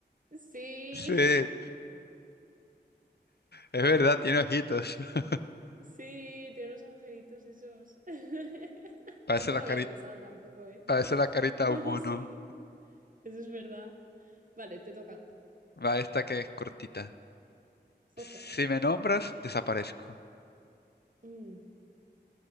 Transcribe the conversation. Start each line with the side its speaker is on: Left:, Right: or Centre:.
Right: Sí,
Left: Sí, es verdad, tiene ojitos. <laughs>
Right: <laughs> sí, tiene los agujeritos esos. <laughs>
Left: Parece
Right: Yo no
Left: la
Right: lo
Left: cari-
Right: había pensado tampoco, ¿eh?
Left: parece
Right: <laughs>
Left: la carita de un mono.
Right: Sí, eso es verdad. Vale, te toca.
Left: Va esta que es cortita.
Right: Ok.
Left: Si me nombras, desaparezco.
Right: Mm.